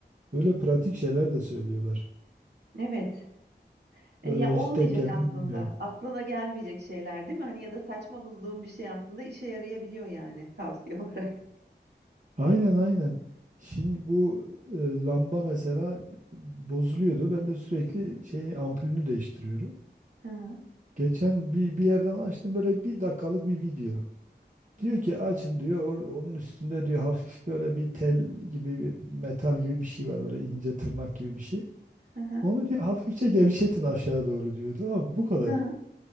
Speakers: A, on the right (about 45°); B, on the right (about 70°).
A: böyle pratik şeyler de söylüyorlar.
B: evet. E,
A: Böyle
B: ya olmayacak
A: hiç denk geldi
B: aslında.
A: mi bilmiyorum.
B: Aklına gelmeyecek şeyler değil mi? Hani ya da saçma bulduğum bir şey aslında işe yarayabiliyor yani tavsiye <laughs> olarak.
A: Aynen aynen. Şimdi bu e, lamba mesela bozuluyordu. Ben de sürekli şeyini ampulünü değiştiriyorum.
B: Hı hı.
A: Geçen bir, bir yerden açtım böyle bir dakikalık bir video. Diyor ki açın diyor or- onun üstünde diyor hafif böyle bir tel gibi bir metal gibi bir şey var böyle ince tırnak gibi bir şey.
B: Hı hı.
A: Onu diyor hafifçe gevşetin aşağı doğru diyor. Tamam mı? bu kadar.
B: Hı hı.